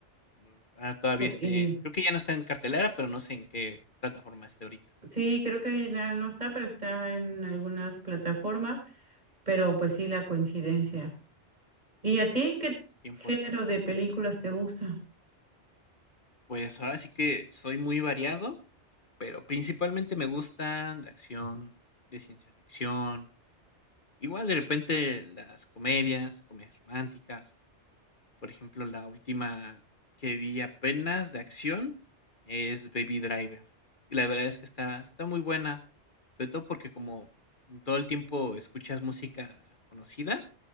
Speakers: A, on the left; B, on the right.
A: mm, ah, todavía
B: Pu-
A: esté"
B: Y
A: creo que ya no está en cartelera, pero no sé en qué plataforma esté ahorita,
B: sí, creo que na- no está, pero está en algunas plataformas, pero pues sí, la coincidencia. ¿Y a ti qué
A: los tiempos.
B: género de películas te gusta?
A: Pues ahora sí que soy muy variado, pero principalmente me gustan de acción, de ciencia ficción, igual de repente las comedias, comedias románticas. Por ejemplo, la última que vi apenas de acción es Baby Driver. Y la verdad es que está, está muy buena, sobre todo porque como todo el tiempo escuchas música conocida,